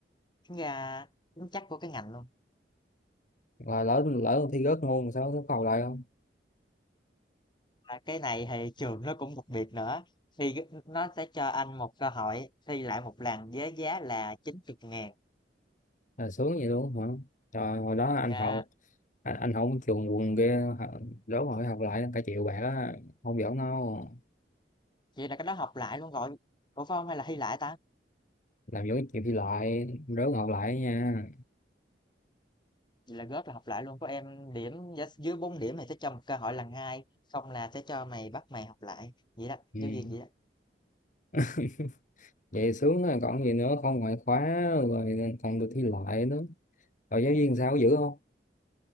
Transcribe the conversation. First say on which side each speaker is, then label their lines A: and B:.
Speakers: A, on the left (about 25°); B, on the left (about 45°).
A: Tính ra tính chất của cái ngành luôn.
B: rồi lỡ lỡ thi rớt môn sao có cầu lại không
A: Và cái này thì trường nó cũng đặc biệt nữa. Thì cái- nó sẽ cho anh một cơ hội thi lại một lần với giá là 90 ngàn.
B: là sướng vậy luôn hả trời hồi đó anh
A: Dạ,
B: học anh, anh học trường quần kia hả? rớt mà học lại cả triệu bạc á không giỡn đâu
A: vậy là cái đó học lại luôn rồi. Ủa phải không hay là thi lại ta?
B: làm giống chịu thi lại rớt học lại nha
A: Vậy là góp là học lại luôn. Có em điểm giá- dưới 4 điểm thì sẽ cho một cơ hội lần hai. Không là sẽ cho mày bắt mày học lại. Vậy đó,
B: ừ.
A: giáo viên vậy đó.
B: <laughs> vậy sướng rồi còn gì nữa không ngoại khóa rồi còn được thi lại nữa rồi giáo viên sao có dữ không